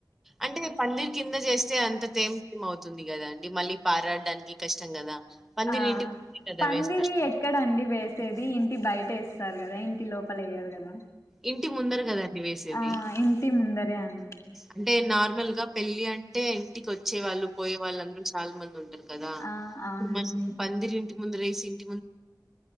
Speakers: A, in the centre; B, on the left.
A: అంటే పందిర్ కింద చేస్తే అంత తేం తేం అవుతుంది కదా అండి మళ్ళీ పారాడడానికి కష్టం కదా. పందిరి
B: ఆ
A: ఇంటి ముందే కదా
B: పందిరీ
A: వేస్తారు.
B: ఎక్కడండి వేసేది ఇంటి బయట ఏస్ ఏస్తారు కదా ఇంటి లోపల ఎయ్యారు కదా
A: ఇంటి ముందరు కదా వేసేది
B: ఆ ఇంటి ముందరే అండి
A: అంటే నాకు నార్మల్గా పెళ్ళి అంటే ఇంటికి వచ్చే వాళ్ళు పోయే వాళ్ళుందరూ చాలా మంది ఉంటారు కదా
B: ఆ అవునండి
A: మరి పందిరి ముందు రిసింట్